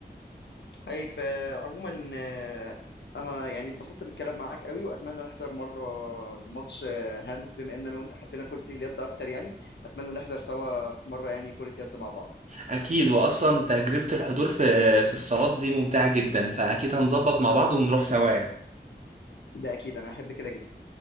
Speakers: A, on the left; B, on the right.
A: طيب آه، عموما آه، انا يعني اتبسطت بالكلام معاك قوي واتمنى نحضر مرة ماتش آه، هاند بما ان انا وانت حبينا كرة اليد اكتر يعني اتمنى نحضر سوا في مرة يعني كرة يد مع بعض
B: أكيد وأصلا تجربة الحضور في آه، في الصالات دي ممتعة جدا فأكيد هنظبط مع بعض ونروح سوا يعني
A: ده اكيد انا هحب كده جدا